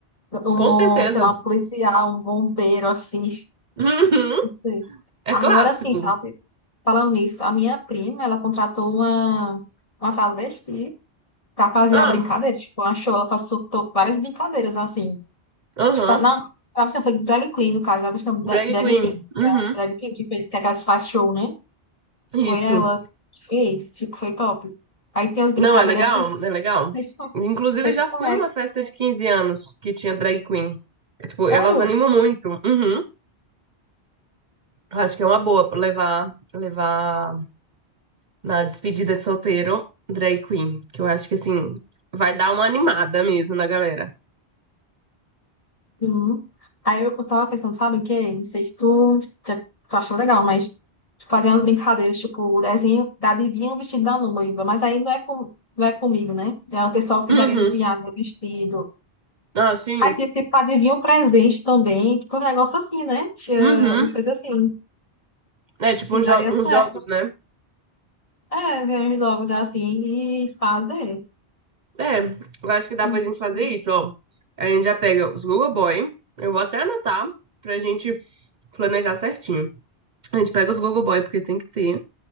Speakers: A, on the left; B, on the right.
A: um,
B: Com certeza.
A: sei lá, um policial, um bombeiro assim, <laughs>
B: Uhum.
A: não sei.
B: É
A: Agora
B: clássico.
A: sim, sabe? Falando nisso, a minha prima, ela contratou uma, uma travesti pra fazer
B: Ah,
A: a brincadeira. Tipo, achou, ela consultou várias brincadeiras assim.
B: aham.
A: Tipo, não, travesti não, foi drag queen, no caso, travesti não, dra-
B: Drag
A: drag
B: Queen.
A: queen.
B: Uhum.
A: Foi a drag queen que fez, que é aquelas que faz show, né?
B: Isso.
A: Foi ela que fez, tipo, foi top. Aí tem umas brincadeiras
B: Não, é legal?
A: assim
B: É legal.
A: Vocês, con-
B: Inclusive,
A: vocês
B: já
A: se conhecem.
B: fui numa festa de 15 anos que tinha drag queen. É, Tipo,
A: Sério?
B: elas animam muito. Uhum. Acho que é uma boa levar, levar na despedida de solteiro drag queen. Que eu acho que, assim, vai dar uma animada mesmo na galera.
A: Uhum. Aí eu, eu tava pensando, sabe o quê? Não sei se tu, já- tu achou legal, mas tipo, fazer umas brincadeiras, tipo, o desenho da adivinha o vestido da noiva. Mas aí não é, com, não é comigo, né? É o pessoal que
B: Uhum.
A: daria de viagem, né, vestido.
B: Ah, sim.
A: Aí tinha ter que adivinhar o presente também. Tipo, um negócio assim, né? Tinha
B: Uhum.
A: umas coisas assim.
B: É
A: Acho
B: tipo
A: que
B: uns,
A: daria
B: jo-
A: certo.
B: uns jogos, né?
A: É, ver uns jogos assim e fazer.
B: É, eu acho que dá
A: Não
B: pra
A: sei.
B: gente fazer isso, ó. A gente já pega os Google Boy. Eu vou até anotar pra gente planejar certinho. A gente pega os Google Boy, porque tem que ter.